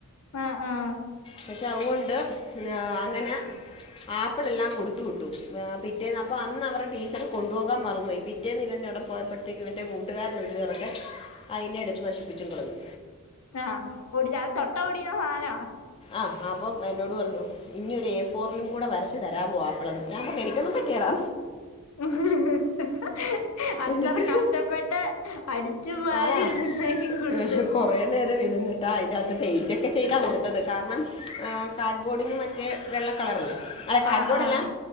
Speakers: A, on the left (about 80°); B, on the left (about 25°).
A: ആഹ് ആഹ്
B: പക്ഷെ അവ്വൊണ്ട് ന്നാ അങ്ങനെ ആപ്പിളെല്ലാം കൊടുത്തു വി ട്ടു. വേർ പിറ്റേന്ന് അപ്പൊ അന്ന് അവർ ടീച്ചർ കൊണ്ടുപോകാൻ മറന്നോയി. പിറ്റേന്ന് ഇവൻ അവ്ടെ പോയപ്പൊ ത്തേക്ക് ഇവൻ്റെ കൂട്ടുകാരൻ ഒരു ഇറക്കൻ അയിനെ എട്ത്ത് നശിപ്പിച്ചും കളഞ്ഞു.
A: ആഹ്. ഒടിചാ അഅ് തൊട്ടാ ഓടിയ്ന്ന സാന.
B: ആഹ്. അപ്പം എന്നോട് പറഞ്ഞു. ഇഞ്ഞി ഒരു എ ഫോറിലും കൂടെ വരച്ച് തരാവൊ ആപ്പളന്ന്. ഞാൻ പറഞ്ഞു എനിക്കൊന്നും പറ്റ് യേലാ.
A: ഹ്ഹ്ഹ് ഏ ഏ. അത്ര
B: എന്നിട്ട്
A: കഷ്ടപ്പെട്ട് അടിച്ചും വാരി
B: ആഹ്
A: ഉണ്ടാക്കി കൊടുത്ത്
B: കൊറേ നേരം ഇര്ന്നിട്ടാ അയിൻ്റകത്ത് പെയിൻ്റ് ഒക്കെ ചെയ്താ കൊടുത്തത്. കാരണം ആ കാഡ്ബോഡിനും മറ്റേ വെള്ള കളറല്ലേ? അതെ.. കാഡ്ബോഡല്ല.
A: ആഹ് ആഹ്